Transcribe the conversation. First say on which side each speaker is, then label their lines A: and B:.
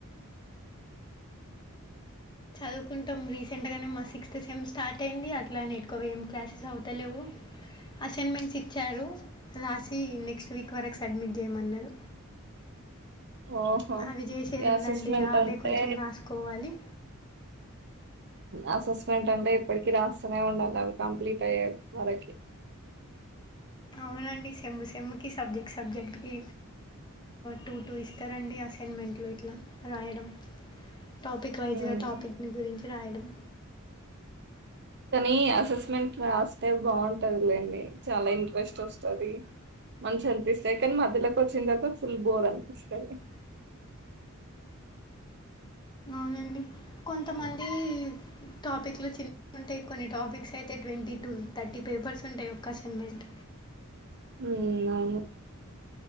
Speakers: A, on the left (about 20°); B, on the right (about 55°).
A: చదువుకుంటాం రీసెంట్ గానే మా సిక్స్త్ సెమ్ స్టార్ట్ అయింది అట్లా ఎక్కువ ఏం క్లాసెస్ అవుతలేవు అసైన్మెంట్స్ ఇచ్చారు రాసి నెక్స్ట్ వీక్ వరకు సడ్మిట్ చేయమన్నారు
B: ఓహో
A: అవి చేసేదిందండి
B: ఈ అసెస్మెంట్
A: అవే
B: అంటే
A: కొంచెం రాసుకోవాలి
B: అసెస్మెంట్ అంటే ఇప్పటికి రాస్తూనే ఉండాలి అవి కంప్లీట్ అయ్యే వరకి నో సౌండ్
A: అవునండి సేమ్ సిమ్ముకు సబ్జెక్ట్ సబ్జెక్ట్కి టూ టూ ఇస్తారండి అసైన్మెంట్లు ఇట్లా రాయడం టాపిక్ వైజ్
B: ఉమ్
A: గా టాపిక్ ని గురించి రాయడం
B: కానీ అసెస్మెంట్ రాస్తే బాగుంటదిలేండి చాలా ఇంట్రెస్ట్ వస్తుంది మంచిగా అనిపిస్తది కానీ మధ్యలోకి వచ్చిన తర్వాత ఫుల్ బోర్ అనిపిస్తుంది
A: అవునండి కొంతమంది టాపిక్ లో చి ఉంటాయి కొన్ని టాపిక్స్ అయితే ట్వంటీ టు థర్టీ పేపర్స్ ఉంటాయి ఒక్క ఆన్మెంట్
B: ఉ అవును